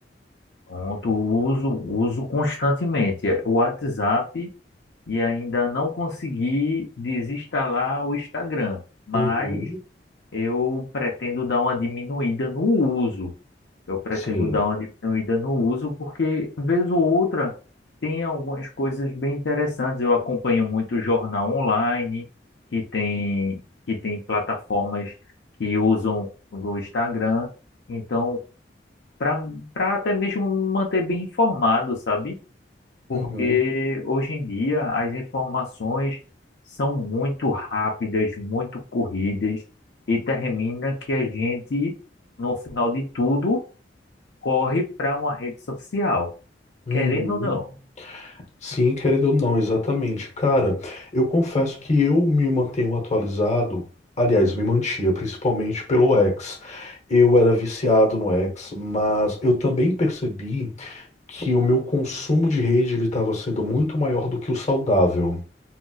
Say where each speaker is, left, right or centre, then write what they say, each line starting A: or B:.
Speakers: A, on the left (about 70°); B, on the left (about 40°).
A: Pronto, uso, uso constantemente é, o WhatsApp e ainda não consegui desinstalar o Instagram, mas
B: Uhum.
A: eu pretendo dar uma diminuída no uso. Eu pretendo
B: Sim.
A: dar uma diminuída no uso porque, vez ou outra, tem algumas coisas bem interessantes. Eu acompanho muito jornal online, que tem, que tem plataformas que usam do Instagram. Então, para para até mesmo me manter bem informado, sabe? Porque
B: Uhum,
A: hoje em dia as informações são muito rápidas, muito corridas, e termina que a gente, no final de tudo, corre para uma rede social,
B: uhum.
A: querendo ou não.
B: Sim, querendo ou não, exatamente. Cara, eu confesso que eu me mantenho atualizado, aliás, me mantinha, principalmente pelo X. Eu era viciado no X, mas eu também percebi que o meu consumo de rede ele estava sendo muito maior do que o saudável.